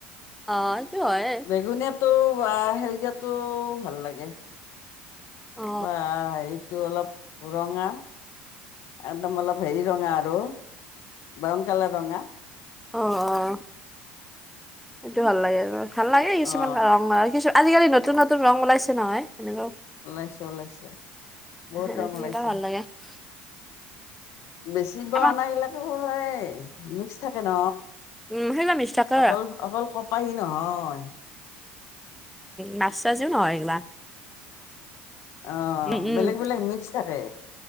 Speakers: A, in the centre; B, on the left.
A: অ', সেইটো হয়।
B: বেঙুনীয়াটো বা সেউজীয়াটো ভাল লাগে।
A: অ
B: বা এইটো অলপ ৰঙা। একদম, অলপ হেৰি ৰঙা আৰু। ব্ৰাউন কালাৰৰ ৰঙা।
A: অ', অ', সেইটো ভাল লাগে। ভাল লাগে কিছুমান
B: অ
A: ৰং আৰু, কিছু আজিকালি নতুন নতুন ৰং ওলাইছে নহয়, এনেকুৱাও
B: ওলাইছে ওলাইছে, বহুত
A: সেনেকুৱা
B: ৰং ওলাইছে।
A: <unintelligible>
B: বেচিব
A: আমাক
B: অনা বিলাকো এই মিক্স থাকে ন।
A: উম সেইগিলা মিছ থাকে
B: অকল, অকল কপাহী নহয়।
A: নাছ <unintelligible> এইগিলা।
B: অহ,
A: উম উম
B: বেলেগ বেলেগ মিক্স থাকে।